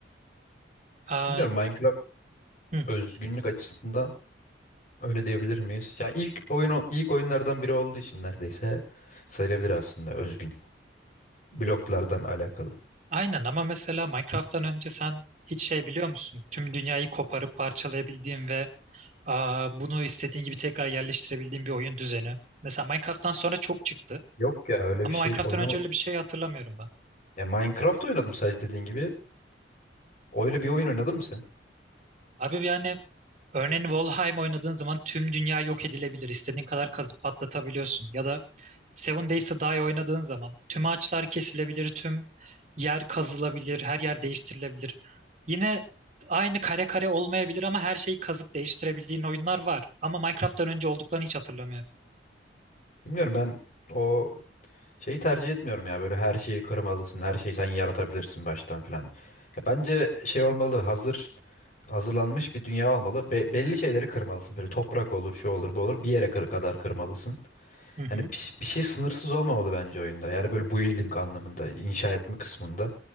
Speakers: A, on the right; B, on the left.
A: Aa,
B: Bilmiyorum Minecraft
A: hı,
B: özgünlük açısından Öyle diyebilir miyiz? Yani ilk oyun ilk oyunlardan biri olduğu için neredeyse sayılabilir aslında özgün. Bloklardan alakalı.
A: aynen ama mesela Minecraft'tan önce sen hiç şey biliyor musun? Tüm dünyayı koparıp parçalayabildiğin ve Aa, bunu istediğin gibi tekrar yerleştirebildiğin bir oyun düzeni. Mesela Minecraft'tan sonra çok çıktı.
B: Yok ya öyle
A: Ama
B: bir şey
A: Minecraft'tan
B: oynamadım.
A: önce öyle bir şey hatırlamıyorum ben.
B: Ya Minecraft oynadım sadece dediğin gibi. Öyle bir oyun oynadın mı sen?
A: Abi yani örneğin Valheim oynadığın zaman tüm dünya yok edilebilir. İstediğin kadar kazıp patlatabiliyorsun. Ya da Seven Days to Die oynadığın zaman tüm ağaçlar kesilebilir, tüm yer kazılabilir, her yer değiştirilebilir. Yine aynı kare kare olmayabilir ama her şeyi kazıp değiştirebildiğin oyunlar var. Ama Minecraft'tan önce olduklarını hiç hatırlamıyorum.
B: Bilmiyorum ben o şeyi tercih etmiyorum ya böyle her şeyi kırmalısın, her şeyi sen yaratabilirsin baştan filan. Ya bence şey olmalı, hazır hazırlanmış bir dünya olmalı. Be- belli şeyleri kırmalısın böyle toprak olur, şu olur, bu olur. Bir yere kır- kadar kırmalısın.
A: Hı hı.
B: Yani bir, bir şey sınırsız olmamalı bence oyunda. Yani böyle building anlamında, inşa etme kısmında.